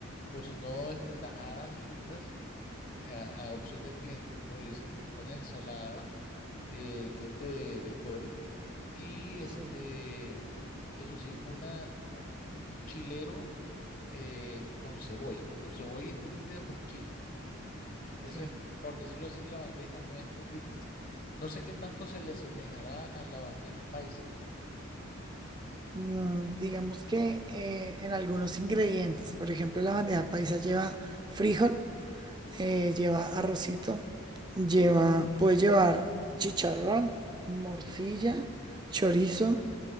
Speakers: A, on the left (about 40°); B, on the right (about 20°).
A: o si no, este, tajadas fritas a, a opción del cliente, como dicen, una ensalada eh, que es de, de col y este
B: sí,
A: Eso sí, una, un, un chilero eh, con cebolla o cebolla encurtida con chile. Esa
B: sí.
A: es, por decirlo así, la bandeja nuestra típica. No sé qué tanto se le asemejará a la bandeja paisa.
B: Mm, Digamos que eh, en algunos ingredientes, por ejemplo, la bandeja paisa lleva frijol, eh, lleva arrocito, lleva, puede llevar chicharrón, morcilla, chorizo,